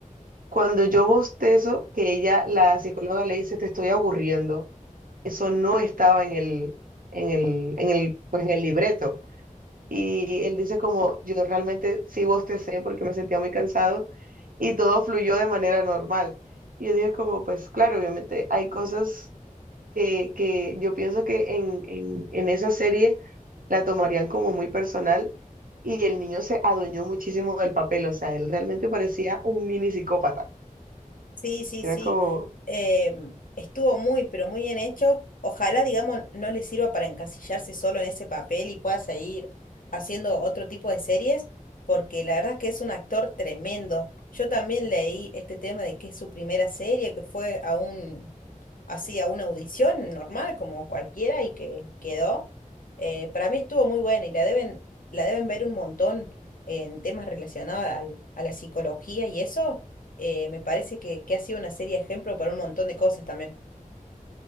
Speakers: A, on the right (about 80°); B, on the left (about 75°).
A: Cuando yo bostezo, que ella, la psicóloga le dice, te estoy aburriendo. Eso no estaba en el, en el, en el, pues en el libreto. Y él dice como, yo realmente sí bostecé porque me sentía muy cansado y todo fluyó de manera normal. Y yo dije como, pues claro, obviamente hay cosas que, que yo pienso que en, en en esa serie la tomarían como muy personal y el niño se adueñó muchísimo del papel, o sea, él realmente parecía un mini psicópata.
B: Sí, sí,
A: Era
B: sí.
A: como,
B: Eh, estuvo muy, pero muy bien hecho. Ojalá, digamos, no le sirva para encasillarse solo en ese papel y pueda seguir haciendo otro tipo de series, porque la verdad es que es un actor tremendo. Yo también leí este tema de que es su primera serie, que fue a un, así, a una audición normal, como cualquiera, y que quedó. Eh, para mí estuvo muy buena y la deben, la deben ver un montón en temas relacionados al- a la psicología y eso eh, me parece que, que ha sido una serie de ejemplo para un montón de cosas también.